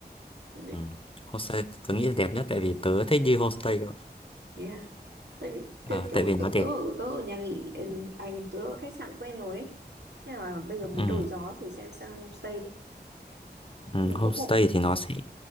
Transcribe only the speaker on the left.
Ừ. Homestay tớ nghĩ là đẹp nhất tại vì tớ thích đi homestay cơ.
Ờ,
tại vì nó
đẹp.
Ừ.
Ừ.
Homestay
thì nó sẽ